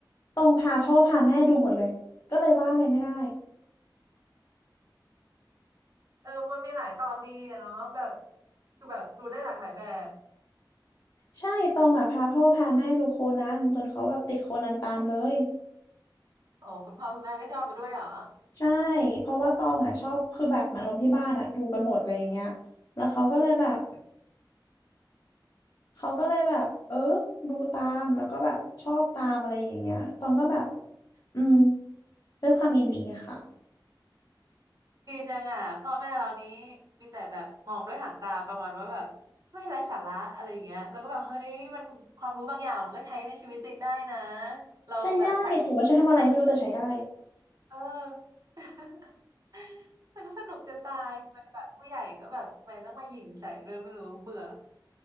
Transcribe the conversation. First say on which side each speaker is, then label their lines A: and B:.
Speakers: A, on the left; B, on the right.
A: ตองพาพ่อพาแม่ดูหมดเลยก็เลยว่าอะไรไม่ได้
B: เออมันมีหลายตอนดีอะเนาะแบบคือแบบดูได้หลากหลายแบบ
A: ใช่ตองอ่ะพาพ่อพาแม่ดูโคนันจนเขาแบบติดโคนันตามเลย
B: อ๋อคุณพ่อคุณแม่ก็ชอบไปด้วยเหรอ
A: ใช่ เพราะว่าตองอ่ะชอบคือแบบเหมือนอารมณ์ที่บ้านอ่ะดูกันหมดอะไรอย่างเงี้ยแล้วเขาก็เลยแบบเขาก็เลยแบบเออดูตามแล้วก็แบบชอบตามอะไรอย่างเงี้ยตองก็แบบอืมด้วยความยินดีค่ะ
B: ดีจังอ่ะพ่อแม่เรานี้มีแต่แบบมองด้วยหางตาประมาณว่าแบบไม่ไร้สาระอะไรอย่างเงี้ยแล้วก็แบบเฮ้ยมันความรู้บางอย่างมันก็ใช้ในชีวิตจริงได้นะเราแบบจาก
A: ใช้ได้แต่ว่าใช้ทำอะไรไม่รู้แต่ใช้ได้
B: เออ <laughs> มันก็สนุกจะตายทำไมแบบผู้ใหญ่ก็แบบทำไมต้องมาหยิ่งใส่ด้วยไม่รู้เบื่อ